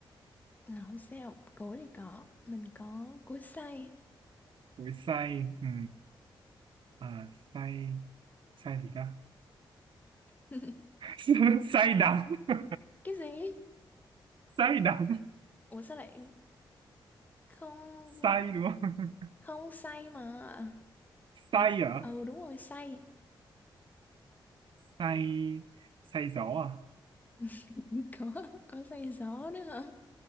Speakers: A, on the left; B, on the right.
A: à, không sao cối thì có mình có cối xay
B: cối xay ừ. à, xay xay gì ta
A: <laughs>
B: <laughs> xay đắng <laughs>
A: cái gì
B: xay đắng
A: ủa sao lại không
B: xay đúng không
A: không xay mà
B: <laughs>
A: ủa
B: xay à
A: ừ đúng rồi xay
B: xay xay gió à
A: <laughs> có có xay gió nữa hả